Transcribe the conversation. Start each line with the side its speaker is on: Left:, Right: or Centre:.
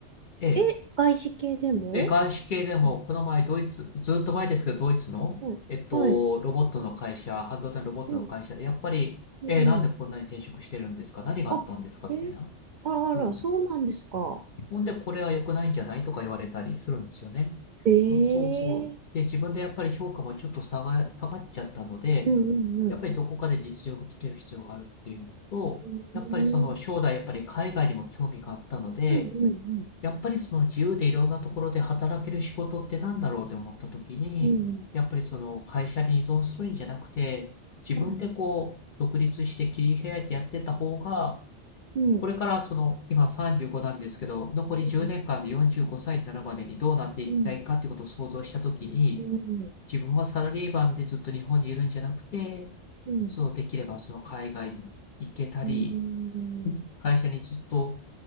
Left: ええ
Right: え、外資系でも
Left: で、外資系でも、
Right: うん
Left: この前ドイツ、ずっと前ですけど、ドイツの、
Right: はい。
Left: えっと、
Right: はい
Left: ロボットの会社、半導体のロボットの会社で、
Right: うん。
Left: やっぱり、
Right: うん。
Left: えーなんでこんなに転職してるんですか何があったんですかみたいな。
Right: あ、え、あらあら、
Left: うん。
Right: そうなんですか。
Left: ほんで、これは良くないんじゃないとか言われたりするんですよね。
Right: ええ
Left: そうそうそう。で、自分でやっぱり評価もちょっと下が、下がっちゃったので、
Right: うんうんうん。
Left: やっぱりどこかで実力つける必要があるっていうのと、
Right: う
Left: やっぱりその将来やっぱり海外にも興味があったので、
Right: んうんうんうん
Left: やっぱりその自由でいろんなところで働ける仕事ってなんだろうって思った時に、
Right: うん。
Left: やっぱりその会社に依存するんじゃなくて、自分でこう独立して切り開いてやってた方が、
Right: はい。うん。
Left: これからその今35なんですけど、残り10年間で45歳になるまでにどうなっていきたいかってことを想像した時に、
Right: うん。うん。うん。
Left: 自分はサラリーマンでずっと日本にいるんじゃなくて、
Right: うん。
Left: そのできればその海外に行けたり、
Right: うん。
Left: 会社にずっと